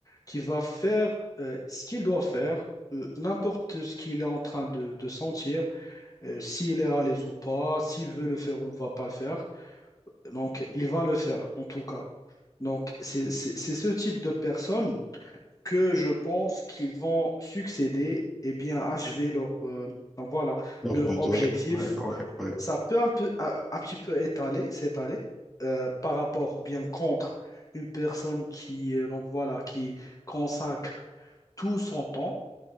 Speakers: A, on the left (about 30°); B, in the centre.
A: qui va faire euh, ce qu'il doit faire, euh, n'importe ce qu'il est en train de, de sentir, euh, s'il est à l'aise ou pas, s'il veut le faire ou ne va pas le faire. Donc, il va le faire, en tout cas. Donc, c'est c'est- c'est ce type de personnes que je pense qu'ils vont succéder et bien achever leur, euh, donc voilà,
B: Lors
A: leur
B: but,
A: objectif
B: toi, ouais, ouais, ouais.
A: ça peut un peu, un, un petit peu étaler, s'étaler euh, par rapport ou bien contre une personne qui, euh, donc voilà, qui consacre tout son temps,